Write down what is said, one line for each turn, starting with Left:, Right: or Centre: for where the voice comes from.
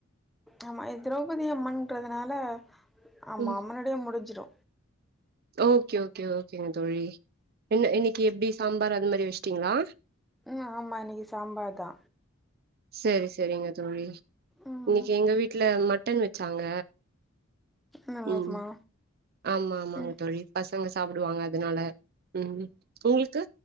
Centre: ஆமா திரௌபதி அம்மன்றதுனால ஆமா
Right: ம்
Centre: முன்னாடியே முடிஞ்சிடு
Right: ஓகே ஓகே ஓகேங்க தோழி என்ன இன்னைக்கி எப்டி சாம்பார் அந்த மாரி வச்சுட்டீங்ளா
Centre: ம் ஆமா இன்னைக்கு சாம்பார் தா
Right: சேர் செரிங்க தோழி
Centre: ம்
Right: இன்னைக்கி எங்க வீட்ல மட்டன் வச்சாங்க
Centre: நல்லதுமா
Right: ம் ஆமா ஆமாங்க
Centre: ம்
Right: தோழி பசங்க சாப்டுவாங்க அதனால ம் உங்ளுக்கு